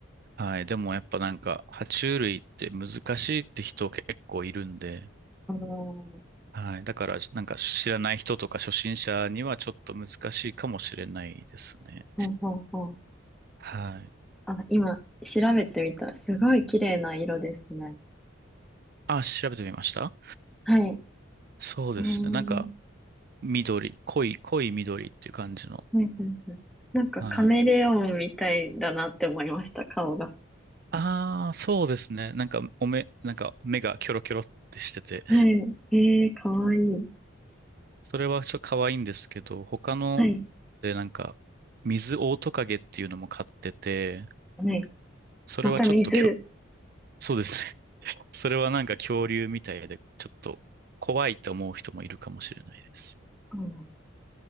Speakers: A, on the right; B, in the centre.
A: はい。でもやっぱなんか、爬虫類って難しいって人結構いるんで、
B: あのー、
A: はい。だから、なんか知らない人とか初心者にはちょっと難しいかもしれないですね。
B: ほうほうほう。
A: はい。
B: あ、今、調べてみた。すごい綺麗な色ですね。
A: あ、調べてみました
B: はい。
A: そうですね。
B: えー、
A: なんか、緑、濃い、濃い緑っていう感じの。
B: はいはいはい。なんかカメレオンみたいだなって思いました、
A: はい。
B: 顔が。
A: ああ、そうですね。なんか、お目、なんか目がキョロキョロってしてて、
B: はい。えー、かわいい。
A: それはちょっと可愛いんですけど、他の
B: はい。
A: でなんか、水オオトカゲっていうのも飼ってて、
B: はい。
A: それはちょっときょ、
B: また水。
A: そうですね。<laughs> それはなんか恐竜みたいで、ちょっと怖いと思う人もいるかもしれないです。
B: あの